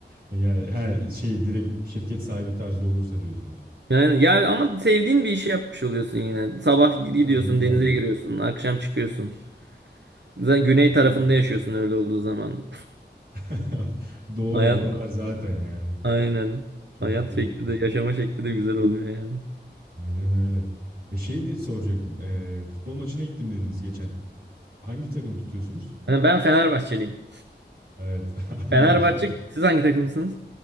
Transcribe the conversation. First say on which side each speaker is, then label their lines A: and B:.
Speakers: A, on the right (about 55°); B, on the right (about 70°).
A: Yani her şey direkt şirket sahibi tarzı olursa diyorsunuz.
B: Yani ya ama sevdiğin bir işi yapmış oluyorsun yine. Sabah gidiyorsun,
A: Aynen
B: denize
A: öyle.
B: Evet. giriyorsun, akşam çıkıyorsun. Zaten güney
A: Kesin.
B: tarafında yaşıyorsun öyle olduğu zaman.
A: <laughs> Doğru
B: <laughs> Hayat
A: oralar zaten yani.
B: aynen.
A: Çok
B: Hayat
A: da iyi
B: şekli
A: oldu.
B: de yaşama şekli de güzel oluyor yani.
A: Aynen öyle. E şey diye soracaktım. E, futbol maçına gittim dediniz geçen. Hangi takımı tutuyorsunuz?
B: Yani ben Fenerbahçeliyim.
A: Evet <laughs> anladım.
B: Fenerbahçe siz hangi takımsınız?